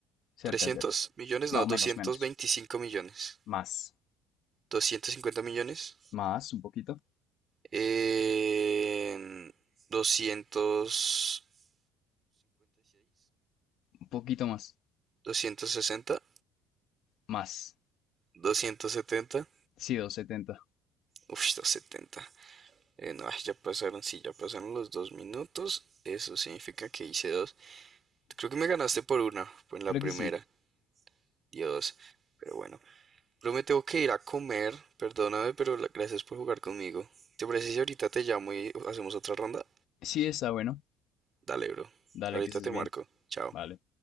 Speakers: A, on the left (about 65°); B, on the right (about 35°).
A: Cerca,
B: trescientos
A: cerca.
B: millones,
A: No,
B: no, doscientos
A: menos, menos.
B: veinticinco millones.
A: Más.
B: doscientos cincuenta millones.
A: Más, un poquito.
B: Eh, 256,
A: Un poquito más.
B: 260,
A: Más.
B: 270.
A: Sí, 270.
B: Uf, 270. Eh, no, ya pasaron, sí, ya pasaron los dos minutos. Eso significa que hice dos. Creo que me ganaste por una, pues en
A: Creo
B: la primera.
A: que sí.
B: Dios. Pero bueno, pero me tengo que ir a comer, perdóname, pero la- gracias por jugar conmigo. Si ¿Te parece si ahorita te llamo y hacemos otra ronda?
A: Sí, está bueno.
B: Dale, bro.
A: Dale,
B: Ahorita
A: que estés
B: te
A: bien.
B: marco. Chao.
A: Vale.